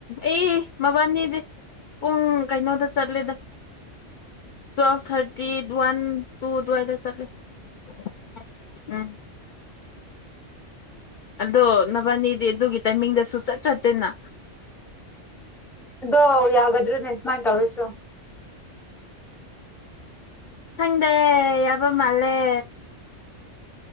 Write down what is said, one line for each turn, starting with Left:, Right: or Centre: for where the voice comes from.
Left: ꯑꯦ ꯃꯕꯥꯟꯖꯤꯗꯤ ꯄꯨꯡ ꯀꯩꯅꯣꯗ ꯆꯠꯂꯦꯗ ꯇꯨꯌꯦꯕ ꯊꯥꯔꯇꯤ꯫ ꯗꯨ ꯋꯥꯟ ꯇꯨꯗꯨꯋꯥꯏꯗ ꯆꯠꯂꯦ <unintelligible> ꯎꯝ ꯑꯗꯣ ꯅꯕꯥꯅꯤꯗꯤ ꯑꯗꯨꯒꯤ ꯇꯥꯏꯃꯤꯡꯗꯁꯨ ꯁꯨꯆꯠ ꯆꯠꯇꯦꯅ꯫
Centre: ꯑꯗꯣ ꯌꯥꯒꯗ꯭ꯔꯅꯦ꯫ ꯃꯥꯏ ꯇꯧꯔꯁꯤꯔꯣ꯫
Left: ꯈꯪꯗꯦ ꯌꯥꯕ ꯃꯥꯜꯂꯦ꯫